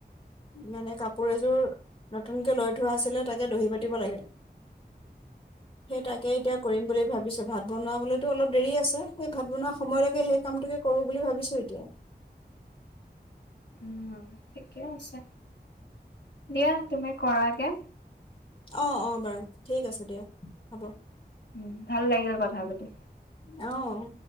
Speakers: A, on the left (about 30°); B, on the left (about 85°).
A: মানে কাপোৰ এযোৰ নতুনকে লৈ থোৱা আছিলে তাকে দহি পাতিব লাগে সেই তাকে এতিয়া কৰিম বুলি ভাবিছো ভাত বনাবলৈতো অলপ দেৰি আছে সেই ভাত বনোৱা সময়লৈকে সেই কামটোকে কৰো বুলি ভাবিছো এতিয়া
B: উম ঠিকে আছে দিয়া তুমি কৰা গে
A: অ অ বাৰু ঠিক আছে দিয়া হ'ব
B: উ ভাল লাগিব কথা পাতি
A: অ